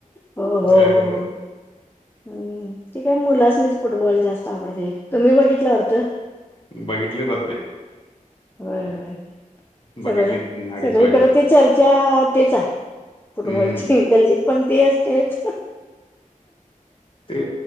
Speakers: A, on the left; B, on the left.
A: हो
B: बर
A: हो हो हो
B: बर
A: हम्म तेकाय मुलासनीच फुटबॉल जास्त आवडते तुम्ही बघितलं वाटतं.
B: बघितले जात
A: होय होय
B: बघितली
A: सगळं
B: अडीच
A: सगळीकडे
B: वाजेपर्यंत
A: ते चर्चा तेच आहे फुटबॉलची
B: हम्म
A: गल्ली पण तेच तेच
B: ते